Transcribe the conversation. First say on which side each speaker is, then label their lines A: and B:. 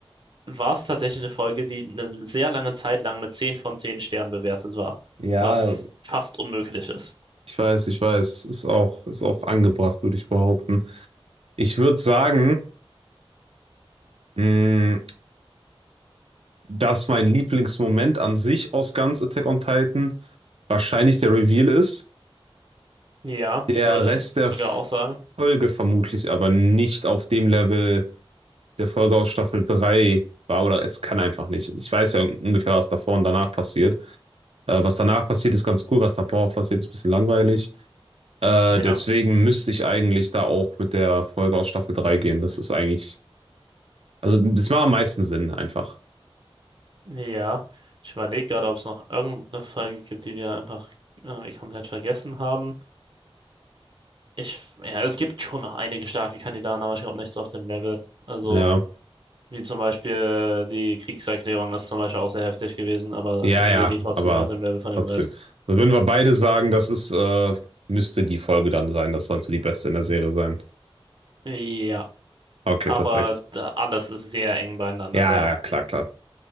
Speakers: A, on the right; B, on the right.
A: war es tatsächlich eine Folge, die eine sehr lange Zeit lang mit 10 von 10 Sternen bewertet war,
B: Ja.
A: was fast unmöglich ist.
B: Ich weiß, ich weiß, ist auch, ist auch angebracht, würde ich behaupten. Ich würde sagen, mh, dass mein Lieblingsmoment an sich aus ganz Attack on Titan wahrscheinlich der Reveal ist.
A: Ja,
B: Der
A: würde
B: Rest
A: ich
B: der
A: sogar auch sagen.
B: Folge vermutlich aber nicht auf dem Level der Folge aus Staffel 3 war oder es kann einfach nicht. Ich weiß ja ungefähr, was davor und danach passiert. Äh, was danach passiert, ist ganz cool, was davor passiert, ist ein bisschen langweilig. Äh,
A: Ja.
B: deswegen müsste ich eigentlich da auch mit der Folge aus Staffel 3 gehen. Das ist eigentlich Also das macht am meisten Sinn einfach.
A: Ja, ich überlege gerade, ob es noch irgendeine Frage gibt, die wir einfach irgendwie komplett vergessen haben. Ich, ja, es gibt schon noch einige starke Kandidaten, aber ich glaube nichts auf dem Level. Also,
B: Ja,
A: wie zum Beispiel die Kriegserklärung ist zum Beispiel auch sehr heftig gewesen, aber
B: ja,
A: ich sehe
B: ja,
A: die trotzdem
B: aber
A: nicht auf dem Level von dem
B: trotzdem.
A: Rest.
B: Also Würden wir beide sagen, das ist, äh, müsste die Folge dann sein. Das sollte die beste in der Serie sein.
A: Ja,
B: Okay,
A: aber
B: perfekt.
A: da, alles ist sehr eng beieinander
B: Ja,
A: da.
B: ja, ja, klar, klar.